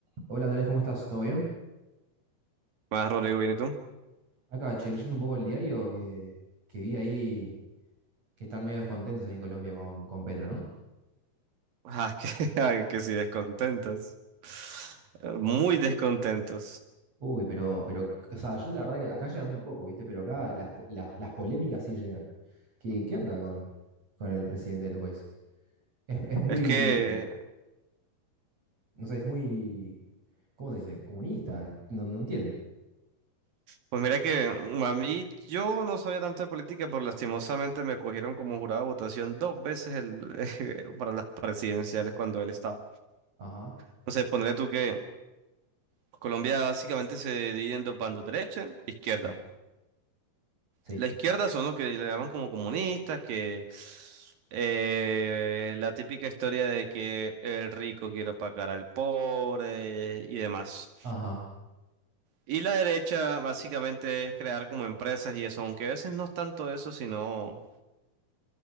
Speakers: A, on the right; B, on the right.
A: Hola Andrés, ¿cómo estás? ¿Todo bien?
B: Más Rodrigo, ¿viene tú?
A: Acá, che, leyendo un poco el diario que, que vi ahí que están medio descontentos ahí en Colombia con, con Petro, ¿no?
B: Ah, que, <laughs> ay, que sí, descontentos. Eh, Muy descontentos.
A: Uy, pero, pero, o sea, yo la verdad que acá llega muy poco, ¿viste? Pero acá las, po- las, las polémicas sí llegan. ¿Qué, qué onda con, con el presidente de tu país? Es, es muy,
B: Es que,
A: no sé, es muy, ¿cómo se dice? Comunista, no, no entiendo.
B: pues mira que mm, a mí yo no sabía tanto de política, pero lastimosamente me cogieron como jurado de votación dos veces el, <laughs> para las presidenciales cuando él estaba.
A: Ajá,
B: Entonces, ponle tú que Colombia básicamente se divide en dos bandos, derecha e izquierda.
A: ajá, sí,
B: La izquierda son los que le llaman como comunistas, que eh, la típica historia de que el rico quiere opacar al pobre y demás.
A: ajá
B: Y la derecha básicamente es crear como empresas y eso, aunque a veces no es tanto eso, sino,